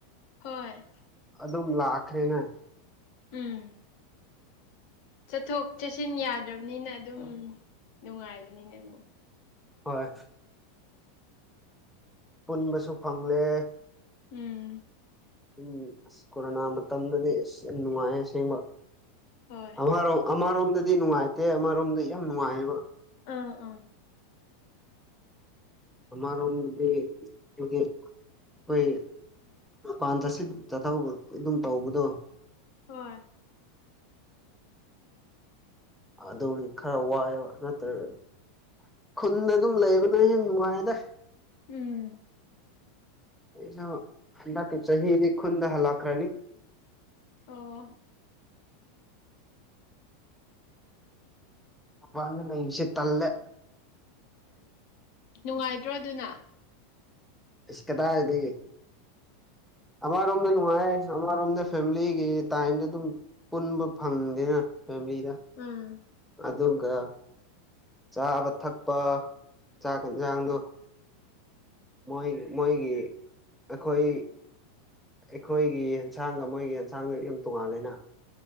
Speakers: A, on the left; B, in the centre.
A: ꯍꯣꯏ
B: ꯑꯗꯨꯝ ꯂꯥꯛꯈ꯭ꯔꯦꯅ
A: ꯎꯝ ꯆꯠꯊꯣꯛ ꯆꯠꯁꯤꯟ ꯌꯥꯗ꯭ꯔꯕꯅꯤꯅ ꯑꯗꯨꯝ ꯅꯨꯡꯉꯥꯏꯕꯅꯤꯅꯦ ꯑꯃꯨꯛ
B: ꯍꯣꯏ ꯄꯨꯟꯕꯁꯨ ꯐꯪꯂꯦ
A: ꯎꯝ
B: ꯎꯝ ꯑꯁ ꯀꯣꯔꯣꯅꯥ ꯃꯇꯝꯗꯗꯤ ꯑꯁ ꯌꯥꯝ ꯅꯨꯡꯉꯥꯏ ꯑꯁꯦꯡꯕ
A: ꯍꯣꯏ
B: ꯑꯃꯔꯣꯝ ꯑꯃꯔꯣꯝꯗꯗꯤ ꯅꯨꯡꯉꯥꯏꯇꯦ ꯑꯃꯔꯣꯝꯗ ꯌꯥꯝ ꯅꯨꯡꯉꯥꯏꯌꯦꯕ
A: ꯎꯝ ꯎꯝ
B: <unintelligible> ꯆꯠꯊꯧꯕ ꯑꯗꯨꯝ ꯇꯧꯕꯗꯣ
A: ꯍꯣꯏ
B: ꯑꯗꯨꯒꯤ ꯈꯔ ꯋꯥꯏꯑꯦꯕ ꯅꯠꯇ꯭ꯔ ꯈꯨꯟꯗ ꯑꯗꯨꯝ ꯂꯩꯕꯅ ꯅꯨꯡꯉꯥꯏꯗ
A: ꯎꯝ
B: ꯁꯨ ꯍꯟꯗꯛꯀꯤ ꯆꯍꯤ ꯆꯍꯤꯗꯤ ꯈꯨꯨꯟꯗ ꯍꯥꯂꯛꯈꯔꯥꯅꯤ
A: ꯑꯣ
B: ꯃꯄꯥꯟꯗ ꯂꯩꯁꯤ ꯇꯜꯂꯦ
A: ꯅꯨꯡꯉꯥꯏꯗ꯭ꯔꯣ ꯑꯗꯨꯅ
B: ꯀꯗꯥꯏꯗꯒꯤ ꯑꯃꯔꯣꯝꯗ ꯅꯨꯡꯉꯥꯏ ꯑꯃꯔꯣꯝꯗ ꯐꯦꯃꯤꯂꯤꯒꯤ ꯇꯥꯏꯝꯗ ꯑꯗꯨꯝ ꯄꯨꯟꯕ ꯐꯪꯗꯦꯅ ꯐꯦꯃꯤꯂꯤꯗ
A: ꯑꯥ
B: ꯑꯗꯨꯒ ꯆꯥꯕ ꯊꯛꯄ ꯆꯥꯛ ꯌꯦꯟꯁꯥꯡꯗꯣ ꯃꯣꯏ ꯃꯣꯏꯒꯤ ꯑꯩꯈꯣꯏ ꯑꯩꯈꯣꯏꯒꯤ ꯌꯦꯟꯁꯥꯡ ꯃꯣꯏꯒꯤ ꯌꯦꯟꯁꯥꯡꯗ ꯌꯥꯝ ꯇꯣꯡꯉꯥꯜꯂꯦꯅ